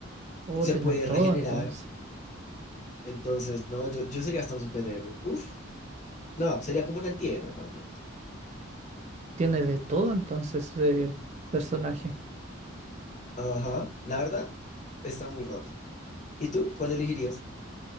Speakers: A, on the right; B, on the left.
A: Oh,
B: se
A: tiene
B: puede
A: todo
B: regenerar.
A: entonces.
B: Entonces, no, yo, yo sería hasta un superhéroe. Uf, no, sería como un antihéroe más bien.
A: Tiene de todo entonces ese personaje.
B: Ajá, la verdad, está muy roto. ¿Y tú? ¿Cuál elegirías?